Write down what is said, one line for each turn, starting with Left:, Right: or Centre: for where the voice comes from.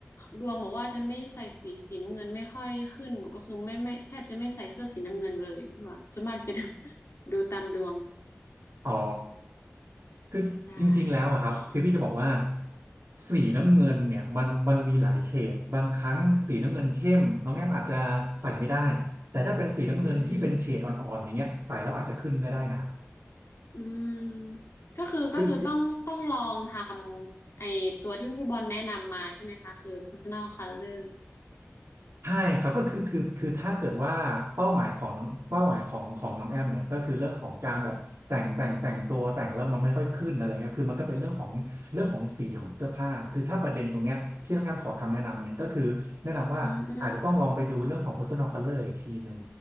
Left: ดวงบอกว่าจะไม่ใส่สีสีน้ำเงินไม่ค่อยขึ้นหนูก็คือไม่ไม่แทบจะไม่ใส่เสื้อสีน้ำเงินเลยใช่ปะส่วนมากจะดู <laughs> ดูตามดวง
Right: อ๋อคือจริงๆ
Left: ได้
Right: แล้วอะครับคือพี่จะบอกว่า
Left: อ๋อ
Right: สีน้ำเงินเนี่ยมันมันมีหลายเฉดบางครั้งสีน้ำเงินเข้มน้องแอมอาจจะใส่ไม่ได้แต่ถ้าเป็นสีน้ำเงินที่เป็นเฉดอ่อนๆอย่างเงี้ยใส่แล้วอาจจะขึ้นก็ได้นะ
Left: อืมอืมก็คือก็คือต้องต้องลองทำไอตัวที่พี่บอลแนะนำมาใช่ไหมคะคือ
Right: คือ
Left: personal color
Right: ใช่ครับก็คือคือคือถ้าเกิดว่าเป้าหมายของเป้าหมายของของน้องแอมเนี่ยก็คือเรื่องของการแบบแต่งแต่งแต่งตัวแต่งแล้วมันไม่ค่อยขึ้นอะไรเงี้ยคือมันก็เป็นเรื่องของเรื่องของสีของเสื้อผ้าคือถ้าประเด็นตรงเนี้ยที่น้องแอมขอคำแนะนำเนี่ยก็คือแนะนำว่าอาจจะต้องลองไปดูเรื่องของ
Left: อืม
Right: personal color อีกทีหนึ่ง